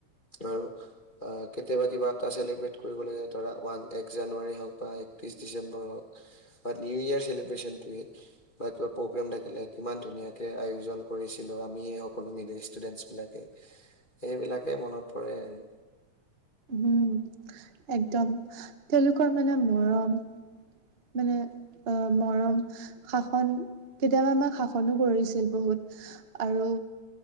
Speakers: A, on the left; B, on the right.
A: তাৰু অ কেতিয়াবা কিবা এটা চেলিব্ৰেট কৰিব লাগে ধৰা ওৱান এক জানুৱাৰী হওঁক বা একত্ৰিশ ডিচেম্বৰ হওঁক বা নিউ ইয়াৰ চেেলিব্ৰেশনটো বা কিবা প্ৰগ্ৰেম থাকিলে কিমান ধুনীয়াকে আয়োজন কৰিছিলো আমি সকলো <unintelligible> ষ্টুডেন্ট বিলাকে সেইবিলাকে মনত পৰে আৰু
B: উম একদম তেওঁলোকৰ মানে মৰম মানে অ মৰম শাসন কেতিয়াবা আমাক শাসনো কৰিছিল বহুত আৰু